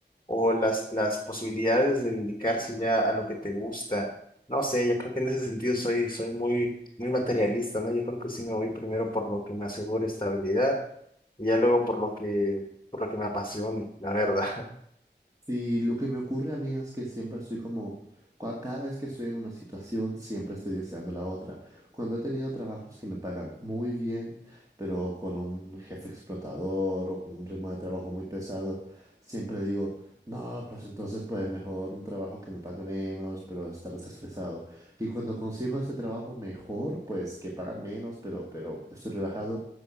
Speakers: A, on the left; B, on the right.
A: o las, las posibilidades de dedicarse ya a lo que te gusta. No sé, yo creo que en ese sentido soy, soy muy, muy materialista, ¿no? Yo creo que sí me voy primero por lo que me asegure estabilidad y ya luego por lo que, por lo que me apasione, la verdad.
B: Sí, lo que me ocurre a mí es que siempre estoy como, cua- cada vez que estoy en una situación, siempre estoy deseando la otra. Cuando he tenido trabajos que me pagan muy bien, pero con un jefe explotador o con un ritmo de trabajo muy pesado, siempre digo, no, pues entonces pues mejor un trabajo que me pague menos, pero estar desestresado. Y cuando consigo ese trabajo mejor, pues que pagan menos, pero, pero estoy relajado,